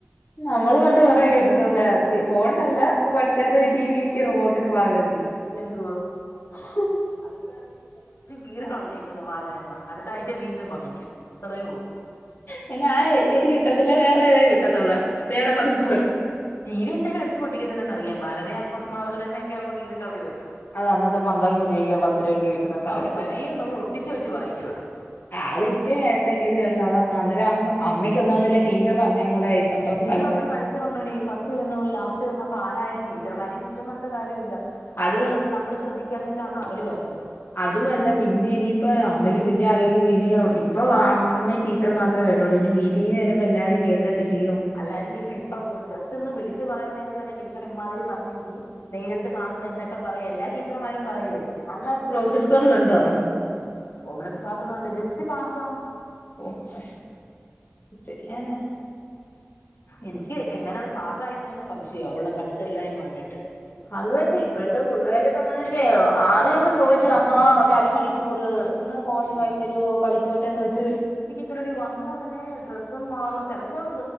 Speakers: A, on the left; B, on the left.
A: നമ്മള് കണ്ട് പറ കേട്ടിട്ടുള്ള ഫോണിണ്ടല്ല പഠിക്കാത്തരു ടി വിക്കെ റിമോട്ടിന് വള ലഭിക്കും
B: പിന്നെന്തുവാ
A: ഉം' ' <unintelligible>
B: കീറി കളഞ്ഞേക്കുന്നു ബാലരമ അടുത്ത ആഴ്ച വീണ്ടും വാങ്ങിക്കും അത്രേ ഉള്ളൂ
A: പിന്നെ ആ ഇത് കിട്ടത്തില്ല വേറെ ഏതേ കിട്ടത്തുള്ള വേറെ പതിപ്പ
B: ടീവി എന്തായാലും അടിച്ചു പൊട്ടി‌ക്കില്ലെന്ന് അറിയാം ബാലര ബാലരമ്മയക്കെ ആവുമ്പോ കീറി കളയുല്ലോ
A: അത് അന്നത്തെ പന്ത്രണ്ട് രൂപക്കോ, പത്ത് രൂപക്കോ കിട്ടുന്ന സാനാ
B: ഓ വേണേ നമ്മൾ ഒട്ടിച്ചു വെച്ച് വായിക്കും അത്
A: അത് ഇച്ചിരി നേരത്തേക്കല്ലേ ഒള്ളു അത് അന്നേരം അമ്മ അമ്മയ്ക്ക് <unintelligible> ടീച്ചർ പറഞ്ഞേ കൂടെ ഇരുന്നപ്പം
B: ടീച്ചർ
A: വല്ലാതെ
B: അമ്മയെ വഴക്ക് പറഞ്ഞെടി ഫസ്റ്റ് നിന്നോള് ലാസ്റ്റ് വന്നപ്പോ ആരായാലും ടീച്ചർമാരെയും കുറ്റം പറഞ്ഞിട്ട് കാര്യമില്ല അവള്
A: അത്
B: നമ്മള് ശ്രദ്ധിക്കാഞ്ഞിട്ടാണ് അവര് പർഞ്ഞത്
A: അതും
B: അത്
A: അല്ല പിന്നെ ഇനിപ്പോ അമ്മയ്ക്ക് പിന്നെ ആലോചിക്കുമ്പോ ഇനി ഇപ്പൊ അമ്മയും ടീച്ചറും മാത്രേ കേട്ടുള്ളൂ ഇനി മീ റ്റ്ങ്ങ്ന് ചെല്ലുമ്പോ എല്ലാരും കേക്കത്തില്ലയോ
B: അല്ലാരും കേം ഇപ്പ ജസ്റ്റ് ഒന്ന് വിളിച്ച് പറയാൻ നേരത്ത് തന്നെ ടീച്ചർ ഇമ്മാതിരി പറഞ്ഞെങ്കി നേരിട്ട് കാണുമ്പോ എന്തൊക്കെ പറയും എല്ലാ ടീച്ചർമാരും പറയുലെ?
A: അമ്മ പ്രോഗ്രസ് കാർഡ് കണ്ടോ?
B: പ്രോഗ്രസ്സ് കാർഡ് കണ്ട് ജസ്റ്റ് പാസാ
A: ഓഹ് ചെയ്യാന
B: എനിക്ക് എങ്ങനെ അവള് പാസായിന്ന് തന്നെ സംശയാ അവള് പഠിത്തമില്ലായ്മ കണ്ടിട്ട്
A: അത്‌വല്ലെ ഇപ്പോഴത്തെ പുള്ളേരെ സംബന്ധിച്ച് ആദ്യക്കെ ചോയിച്ചു അമ്മ ഒരു അരമണി ക്കൂറ് ഒന്ന് ഫോണിൽ
B: ഉം
A: ക തരുവോ കളിച്ചോട്ടേന്ന് ചോയിച്ച്
B: തരടി വന്ന ഉടനെ ഡ്രസ്സും മാറും ചെൽപ്പോ